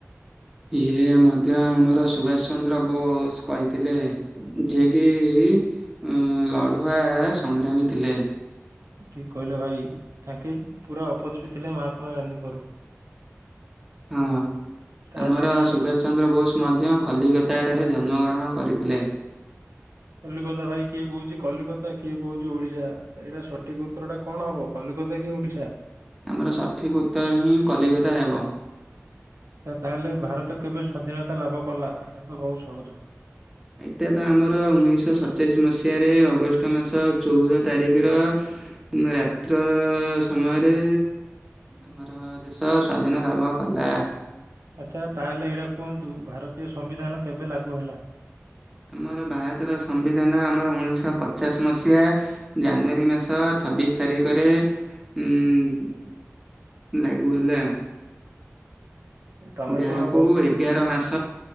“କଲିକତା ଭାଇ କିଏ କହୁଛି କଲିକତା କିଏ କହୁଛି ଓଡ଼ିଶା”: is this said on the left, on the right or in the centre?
Right